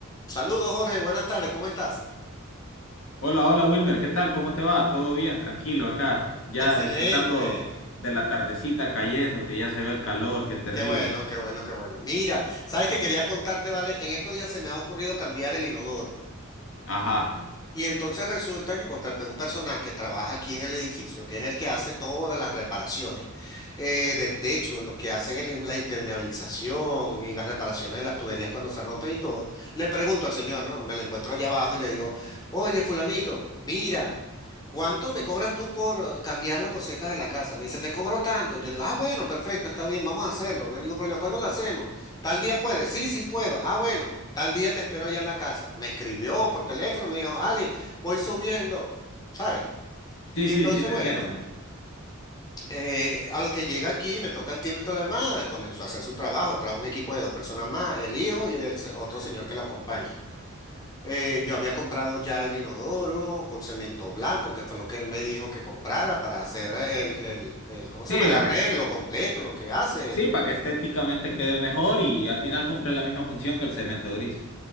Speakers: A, on the left; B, on the left.
A: Saludos, Jorge. Buenas tardes. ¿Cómo estás?
B: Hola, hola Wilmer, ¿qué tal? ¿Cómo te va? ¿Todo bien? Tranquilo acá, ya
A: Excelente.
B: disfrutando de la tardecita cayendo, que ya se ve el calor, qué terrible.
A: Qué bueno, qué bueno, qué bueno. Mira, sabes que quería contarte, ¿vale? En estos días se me ha ocurrido cambiar el inodoro.
B: Ajá.
A: Y entonces resulta que contraté un personal que trabaja aquí en el edificio, que es el que hace todas las reparaciones eh, del techo, los que hacen el- la impermeabilización y las reparaciones de las tuberías cuando se rompen y todo. Le pregunto al señor, ¿no? Me lo encuentro allá abajo y le digo, oye, fulanito, mira. ¿Cuánto me cobras tú por eh, cambiar la poceta de la casa? Me dice, te cobro tanto. Yo le digo, ah, bueno, perfecto, está bien, vamos a hacerlo, no hay ningún problema. ¿Cuándo lo hacemos? Tal día puedes Sí, sí puedo. Ah, bueno, tal día te espero allá en la casa. Me escribió por teléfono, me dijo, Ale, voy subiendo, ¿sabes?
B: Sí,
A: Y
B: sí,
A: entonces,
B: sí, te
A: bueno,
B: entiendo.
A: eh, a lo que llega aquí, me toca el timbre y todo lo demás, comenzó a hacer su trabajo, trajo un equipo de dos personas más, el hijo y el se- otro señor que lo acompaña. Eh, yo había comprado ya el inodoro con cemento blanco, que fue lo que él me dijo que comprara para hacer el, el, el- ¿cómo se
B: Sí,
A: llama? El
B: acá.
A: arreglo completo, lo que hace.
B: Sí, para que estéticamente quede mejor y al final cumple la misma función que el cemento gris.